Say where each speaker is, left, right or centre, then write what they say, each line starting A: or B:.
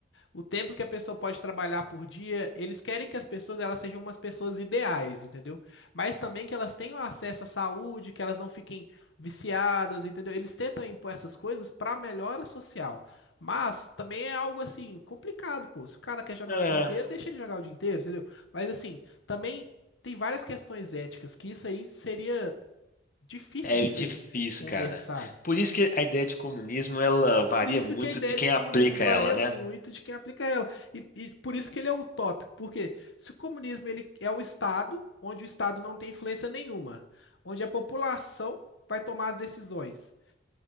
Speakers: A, on the left (about 80°); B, on the left (about 50°).
A: O tempo que a pessoa pode trabalhar por dia, eles querem que as pessoas elas sejam umas pessoas ideais, entendeu? Mas também que elas tenham acesso à saúde, que elas não fiquem viciadas, entendeu? Eles tentam impor essas coisas para melhora social. Mas também é algo assim complicado, pô. Se o cara quer jogar
B: é.
A: o dia inteiro, deixa ele jogar o dia inteiro, entendeu? Mas assim, também tem várias questões éticas que isso aí seria difícil
B: É
A: de
B: difícil,
A: ser conversado.
B: cara. Por isso que a ideia de comunismo ela varia
A: Por isso
B: muito
A: que a ideia
B: de quem
A: de comunismo
B: aplica
A: varia
B: ela, né?
A: muito de quem aplica ela. E, e por isso que ele é utópico, porque se o comunismo ele é um Estado onde o Estado não tem influência nenhuma, onde a população vai tomar as decisões,